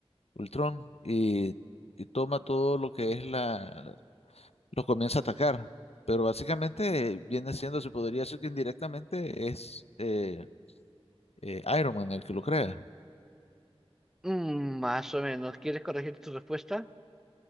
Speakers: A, on the left; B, in the centre.
A: Ultron, y, y toma todo lo que es la, lo comienza a atacar. Pero básicamente viene siendo, se podría decir que indirectamente es eh, eh, Iron Man el que lo crea.
B: mm, más o menos. ¿Quieres corregir tu respuesta?